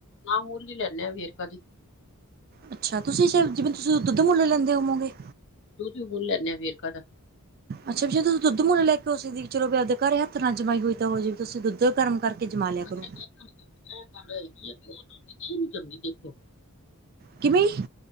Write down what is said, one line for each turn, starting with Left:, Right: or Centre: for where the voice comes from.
Left: ਨਾ ਮੁੱਲ ਦੀ ਲੈਂਨੇ ਆ ਵੇਰਕਾ ਦੀ।
Right: ਅੱਛਾ, ਤੁਸੀਂ ਜਿਵੇਂ ਤੁਸੀਂ ਦੁੱਧ ਮੁੱਲੇ ਲੈਂਦੇ ਹੋਵੋਗੇ।
Left: ਦੁੱਧ ਤੁਸੀਂ ਹੁਣ ਲੈਂਦੇ ਆ ਵੇਰਕਾ ਦਾ।
Right: ਅੱਛਾ ਵੀ ਜੇ ਤੁਸੀਂ ਦੁੱਧ ਮੋਣ ਲੈ ਕੇ ਸੀ। ਚੋ ਵੀ ਆਪਦੇ ਘਰ ਹੱਥ ਨਾਲ ਜਮਾਈ ਹੋਈ, ਤਾਂ ਹੋ ਜਵੇ ਤੁਸੀਂ ਦੁੱਧ ਗਰਮ ਕਰਕੇ ਜਮਾ ਲਿਆ
Left: ਅੱਛਾ
Right: ਕਰੋ।
Left: ਇਹ ਗੱਲ ਹੋ ਜਾਂਦੀ ਹੈ ਉਹਦੇ ਤੋਂ ਦਹੀਂ ਨਹੀਂ ਜੰਮਦੀ ਦੇਖੋ।
Right: ਕਿਵੇਂ।